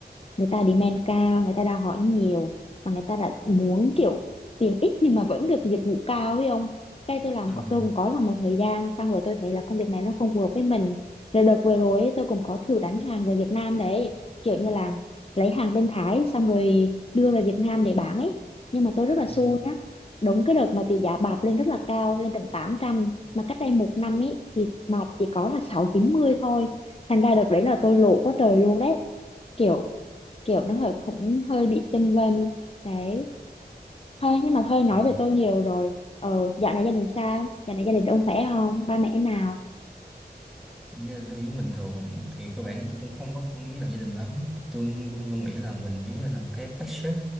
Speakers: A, on the left; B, in the centre.
A: người ta demand cao người ta đã hỏi nhiều mà người ta đã muốn kiểu tiền ít nhưng mà vẫn được dịch vụ cao ấy ông cái tôi làm
B: Ừ.
A: tôi cũng có làm một thời gian xong rồi tôi thấy là công việc này nó không phù hợp với mình rồi đợt vừa rồi ấy, tôi cũng có thử đánh hàng về Việt Nam đấy kiểu như là lấy hàng bên Thái xong rồi đưa về Việt Nam để bán ấy nhưng mà tôi rất là
B: Ừ.
A: xui nhá đúng cái đợt mà tỷ giá bạc lên rất là cao lên tận 800 mà cách đây một năm ấy thì bạc chỉ có là 690 thôi thành ra đợt đấy là tôi lỗ quá trời luôn đấy kiểu kiểu nó hơi cũng hơi bị chênh vênh đấy Thôi nhưng mà thôi nói
B: Ừ.
A: về tôi nhiều rồi. Ờ, dạo này gia đình sao? Dạo này gia đình ông khỏe không? Ba mẹ nào?
B: gia đình tôi vẫn bình thường thì cơ bản thì tôi cũng không có thân với lại gia đình lắm tôi luôn luôn nghĩ là mình giống như là cái black sheep